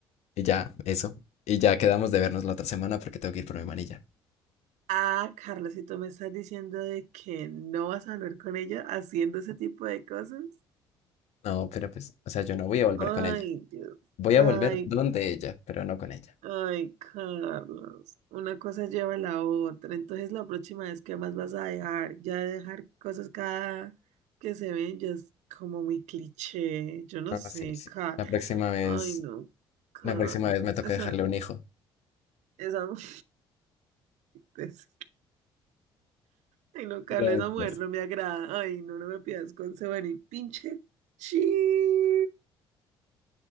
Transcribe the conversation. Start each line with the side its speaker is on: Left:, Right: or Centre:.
Left: Y ya, eso. Y ya quedamos de vernos la otra semana porque tengo que ir por mi manilla.
Right: Ah, Carla, si tú me estás diciendo de que no vas a hablar con ella haciendo ese tipo de cosas.
Left: No, pero pues, o sea, yo no voy a volver
Right: Ay,
Left: con ella.
Right: Dios.
Left: Voy a
Right: Ay,
Left: volver donde ella, pero no con ella.
Right: ay, Carlos. Una cosa lleva a la otra. Entonces, la próxima vez, ¿qué más vas a dejar? Ya dejar cosas cada que se ven ya es como muy cliché. Yo no
Left: Ah,
Right: sé,
Left: sí, sí.
Right: Carlos.
Left: La próxima vez,
Right: Ay, no, Carlos.
Left: la próxima vez me toca
Right: Esa,
Left: dejarle un hijo.
Right: esa. <laughs> Entonces, Ay, no, Carlos,
Left: Ya,
Right: esa mujer
Left: pues.
Right: no me agrada. Ay, no, no me pidas consejo ni pinche chi.